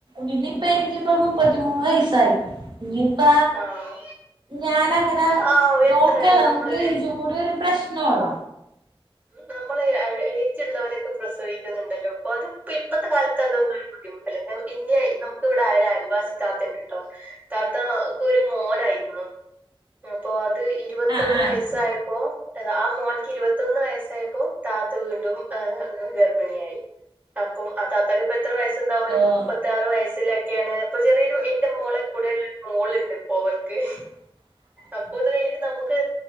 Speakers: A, on the right; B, on the right.
A: പിനിയിപ്പ എനിക്കിപ്പ
B: ഉം
A: മുപ്പത്തിമൂന്ന് വയസായി ഇനിയിപ്പ
B: ആഹ്
A: ഞാനങ്ങനെ
B: ആഹ് എത്ര
A: നോക്കല്ലോ
B: നമ്മള്
A: നമുക്ക് ഐജ്ജ് കൂടെ ഒരു പ്രശ്നൊള്ള
B: നമ്മൾ എഴ് എയ്ജ്ള്ളവരൊക്കെ പ്രസവിക്കുന്നുണ്ടല്ലോ പ്പൊ അത്പ്പോ ഇപ്പഴത്തെ കാലത്ത് അതൊന്നും ബുദ്ധിമുട്ടലന്നെ പിന്നെ നമുക്ക് ഇവിടെ ഒരു അൽവാസി ത്താത്തണ്ട് ട്ടോ താത്തക്കൊരു മോനായിരുന്നു അപ്പൊ അത് ഇരുവത്തൊന്ന്
A: ആഹ് ആഹ്
B: വയസ്സായപ്പോ ആ മോൻ ഇരുപത്തൊന്ന് വയസ്സായപ്പോ താത്ത വീണ്ടും എഹ് ഗർഭിണിയായി അപ്പം അ താത്താക്ക പ്പ എത്ര വയസ്സുണ്ടാവും ഒരു
A: ഓ
B: ത്താറ് വയസ്സിലൊക്കെയാണ് അപ്പൊ ചെറിയൊരു എന്റെ മോളെ കൂടെയള്ളരു മോളുണ്ട് പ്പോ അവർക്ക്
A: <inaudible>
B: അപ്പൊ ത് കഴിഞ്ഞിട്ട് നമുക്ക്